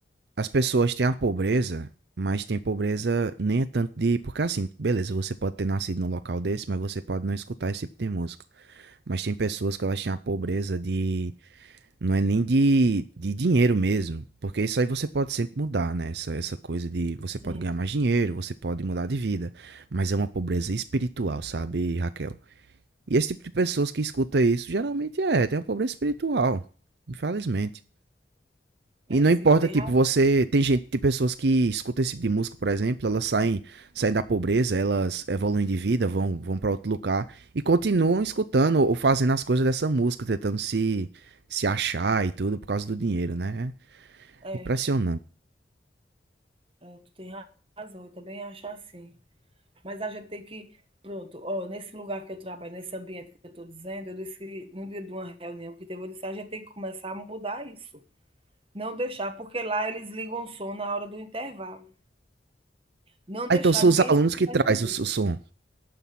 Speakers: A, on the right; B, on the right.
A: as pessoas têm a pobreza, mas tem pobreza nem é tanto de. Porque assim, beleza, você pode ter nascido num local desse, mas você pode não escutar esse tipo de música. Mas tem pessoas que elas têm a pobreza de. Não é nem de, de dinheiro mesmo. Porque isso aí você pode sempre mudar, né? Essa, essa coisa de você
B: Sim,
A: pode ganhar mais dinheiro, você pode mudar de vida. Mas é uma pobreza espiritual, sabe, Raquel? E esse tipo de pessoas que escuta isso geralmente é, tem uma pobreza espiritual. Infelizmente.
B: é
A: E não
B: sim,
A: importa,
B: tem
A: tipo,
B: razão.
A: você. Tem gente, tem pessoas que escutam esse tipo de música, por exemplo, elas saem, saem da pobreza, elas evoluem de vida, vão, vão para outro lugar e continuam escutando ou fazendo as coisas dessa música, tentando se, se achar e tudo por causa do dinheiro, né?
B: É,
A: É impressionante.
B: é, tu tem razão, eu também acho assim. Mas a gente tem que, pronto, ó, nesse lugar que eu trabalho, nesse ambiente que eu estou dizendo, eu disse, que no dia de uma reunião que teve, eu disse, a gente tem que começar a mudar isso. Não deixar, porque lá eles ligam o som na hora do intervalo. Não deixar
A: Ah, então são
B: ninguém
A: os alunos
B: escutar
A: que traz
B: essa música.
A: o, o som.